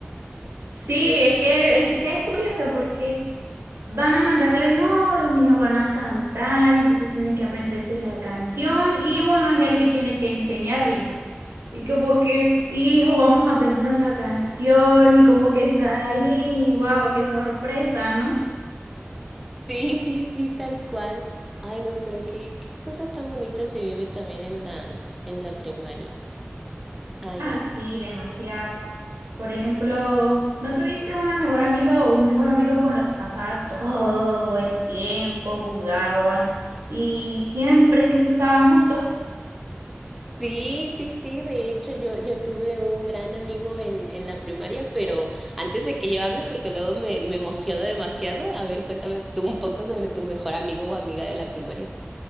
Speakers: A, on the right (about 80°); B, in the centre.
A: Sí, es que, es que es curioso porque van a mandarle, no, los niños van a cantar, entonces tienen que aprenderse la canción y bueno, es el que tiene que enseñarle. Y como que, hijo, vamos a aprendernos la canción y como que está ahí, wow, qué sorpresa, ¿no?
B: Sí, <laughs> sí, sí, tal cual. Ay, no, pero qué, qué cosa tan bonita se vive también en la, en la primaria. Ay,
A: Ah,
B: no.
A: sí, demasiado. Por ejemplo, ¿no tuviste una mejor amiga o un mejor amigo con el que pasabas todo el tiempo, jugaban y siempre, siempre estaban juntos?
B: Sí, sí, sí, de hecho yo, yo tuve un gran amigo en, en la primaria, pero antes de que yo hable, porque luego me, me emociono demasiado, a ver, cuéntame tú un poco sobre tu mejor amigo o amiga de la primaria.